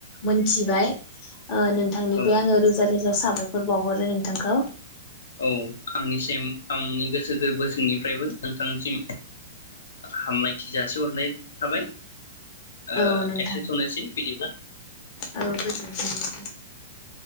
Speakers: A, on the left; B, on the left.
A: मोनथिबाय ओ नोङ
B: औ
A: बे आंङो रोजा रोजा साबायख बाव नोंथांखौ
B: औ आंनिसिम आंनि गोसो। गोरबो सिंनिफ्रायबो नोंथांसिम हामलायथि जासिहरनाय थाबाय। ओ
A: औ नोंथां
B: एसे थनोसै बिदिब्ला।
A: औ गोजोनथों।